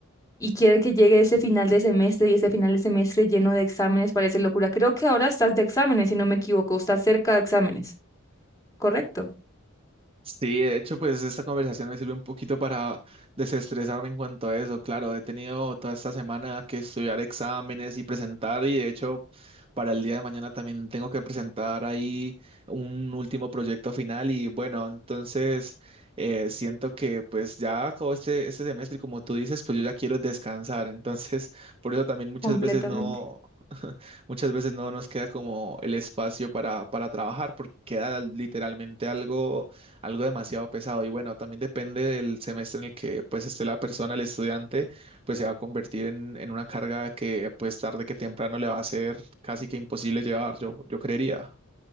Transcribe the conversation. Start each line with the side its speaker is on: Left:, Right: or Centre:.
Left: y quiere que llegue ese final de semestre y ese final de semestre lleno de exámenes parece locura. Creo que ahora estás de exámenes, si no me equivoco, estás cerca de exámenes, ¿correcto?
Right: Sí, de hecho, pues esta conversación me sirve un poquito para desestresarme en cuanto a eso. Claro, he tenido toda esta semana que estudiar exámenes y presentar y de hecho para el día de mañana también tengo que presentar ahí un último proyecto final y bueno, entonces eh, siento que pues ya acabó este, este semestre y como tú dices, pues yo ya quiero descansar. Entonces, por eso también muchas
Left: Completamente.
Right: veces no... <laughs> Muchas veces no nos queda como el espacio para, para trabajar porque queda literalmente algo algo demasiado pesado. Y bueno, también depende del semestre en el que pues esté la persona, el estudiante, pues se va a convertir en, en una carga que pues tarde que temprano le va a ser casi que imposible llevar, yo, yo creería.